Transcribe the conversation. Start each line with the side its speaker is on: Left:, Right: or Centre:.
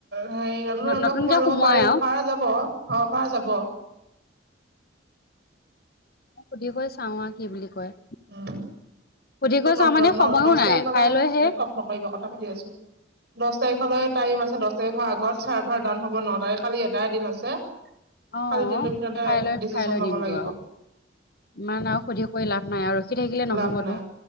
Right: হেৰি নতুন
Left: ন
Right: মেম্বাৰ
Left: নতুনকে
Right: সোমাই লব
Left: সোমোৱাই
Right: পাৰি
Left: আৰু
Right: পাৰা যাব অ', পাৰ যাব।
Left: অ, সুধী কৈ চাও আৰু কি বুলি কয়।
Right: উম,
Left: সুধি
Right: কিন্তু
Left: কৈ
Right: <unintelligible>
Left: চাওঁ মানে সময়ো
Right: দহ
Left: নাই
Right: তাৰিখলে
Left: কাইলৈহে
Right: নেত অফ নকৰিবা কথা পাতি আছোঁ। দহ তাৰিখলৈ টাইম আছে। দহ তাৰিখৰ আগত চাৰ্ভাৰ ডাউন হব ন তাৰিখ কালি এটাই এ দিন আছে।
Left: অ
Right: কালিৰ দিনটোৰ ভিতৰতে
Left: কাইলৈ
Right: ডিচিচন
Left: কাইলৈ
Right: ল'ব
Left: দিনটো
Right: লাগিব।
Left: আৰু ইমান আৰু সুধি কৰি লাভ নাই, আৰু ৰখি থাকিলে নহবতো,
Right: লাভ নাই